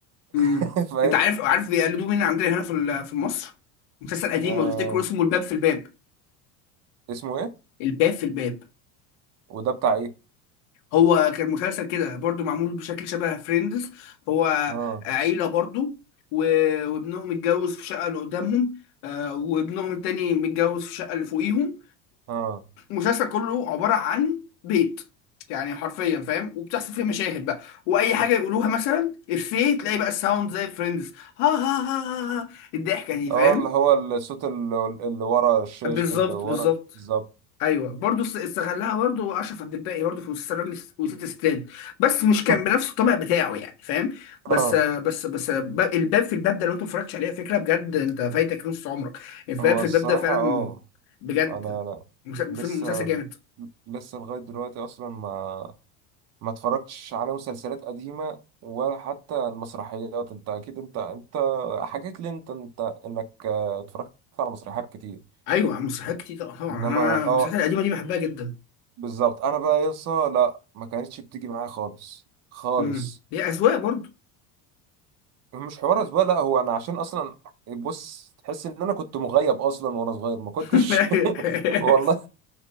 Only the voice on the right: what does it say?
<laughs> فاهم
آه...
اسمه ايه
وده بتاع ايه
اه
اه
اه اللي هو الصوت اللي, اللي ورا الشاش
اللي ورا
بالظبط
<laughs>
اه
هو
الصراحة
اه
انا انا
لسه
لسه لغاية دلوقتي اصلا ما ما اتفرجتش على مسلسلات قديمة ولا حتى المسرحيات انت اكيد انت انت حكيت لي انت انت انك آه، اتفرجت على مسرحيات كتير
انما
اه
بالظبط انا بقى يسا لا ما كانتش بتيجي معايا خالص خالص
مش حوار اسبوع لا هو انا عشان اصلا بص تحس ان انا كنت مغيب اصلا وانا صغير ما كنتش
<laughs> والله